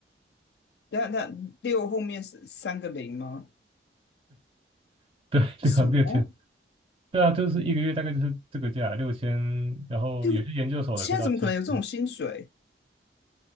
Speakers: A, on the left; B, on the right.
A: 等一下等一下，六后面是三个零吗？
B: <laughs> 对，对啊，
A: 什么？
B: 六千，对啊，就是一个月大概就是这个价，六千，然后有些研究所的可以到七千，
A: 六？现在怎么可能有这种薪水？